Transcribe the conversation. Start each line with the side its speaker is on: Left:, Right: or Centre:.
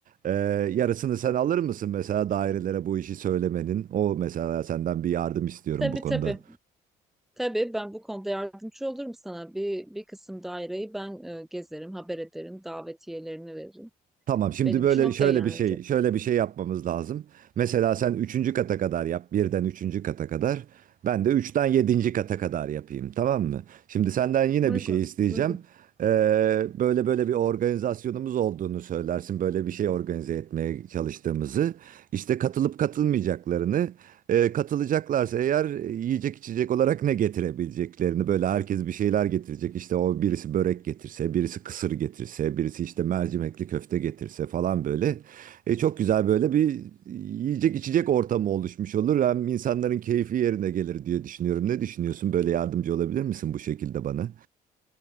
Right: Ee, yarısını sen alır mısın mesela dairelere bu işi söylemenin? O mesela senden bir yardım istiyorum
Centre: tabii
Right: bu konuda.
Centre: tabii. Tabii ben bu konuda yardımcı olurum sana. Bir, bir kısım daireyi ben e, gezerim, haber ederim, davetiyelerini veririm.
Right: Tamam şimdi
Centre: Benim
Right: böyle
Centre: için okey
Right: şöyle
Centre: yani
Right: bir şey
Centre: hocam.
Right: şöyle bir şey yapmamız lazım. Mesela sen üçüncü kata kadar yap birden üçüncü kata kadar. Ben de üçten yedinci kata kadar yapayım tamam mı? Şimdi senden yine
Centre: Uygun,
Right: bir şey isteyeceğim.
Centre: uygun.
Right: Ee, böyle böyle bir organizasyonumuz olduğunu söylersin. Böyle bir şey organize etmeye çalıştığımızı. işte katılıp katılmayacaklarını. E, katılacaklarsa eğer e, yiyecek içecek olarak ne getirebileceklerini böyle herkes bir şeyler getirecek. İşte o birisi börek getirse, birisi kısır getirse, birisi işte mercimekli köfte getirse falan böyle. E, çok güzel böyle bir yiyecek içecek ortamı oluşmuş olur. Hem insanların keyfi yerine gelir diye düşünüyorum. Ne düşünüyorsun? Böyle yardımcı olabilir misin bu şekilde bana?